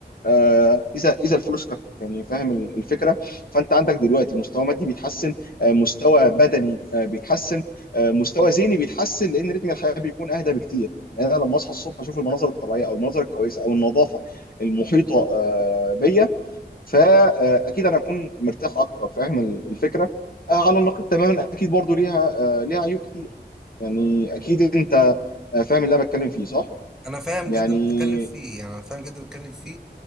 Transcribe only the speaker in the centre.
انا فاهم
جدا اللي بتتكلم فيه يعني انا فاهم جدا اللي بتتكلم فيه